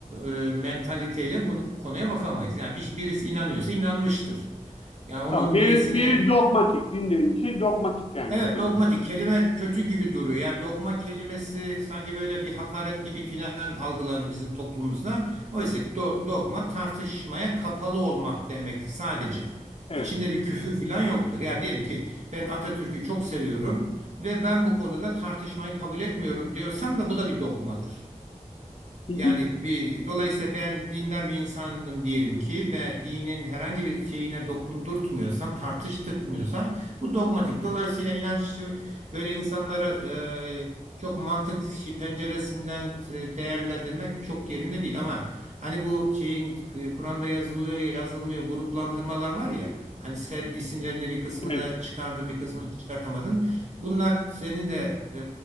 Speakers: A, on the right; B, on the left.
A: e, mentaliteyle bunu konuya bakamayız. Yani bir, birisi inanıyorsa inanmıştır. Yani onun
B: Tamam. Biri,
A: niyesini
B: biri dogmatik, din denilen şey dogmatik yani
A: Evet
B: kısacası.
A: dogmatik kelime kötü gibi duruyor. Yani dogma kelimesi sanki böyle bir hakaret gibi filan algılanır bizim toplumumuzda. Oysa ki do- dogma tartışmaya kapalı olmak demektir sadece.
B: Evet.
A: İçinde bir küfür filan yoktur. Yani diyelim ki ben Atatürk'ü çok seviyorum ve ben bu konuda tartışmayı kabul etmiyorum diyorsam da bu da bir dogmadır.
B: Hı
A: Yani
B: hı.
A: bir dolayısıyla ben dindar bir insanım diyelim ki ve dinin herhangi bir şeyine dokundurtmuyorsam, tartıştırtmıyorsam bu dogmatik. Dolayısıyla inanç böyle insanlara e, çok mantık şi- penceresinden e, değerlendirmek çok yerinde değil ama hani bu şeyin e, Kur'an'da yazılıyor, yazılmıyor gruplandırmalar var ya. Hani sen isimlerini bir kısmını
B: Evet.
A: çıkardın, bir kısmını çıkartamadın. Bunlar senin de e,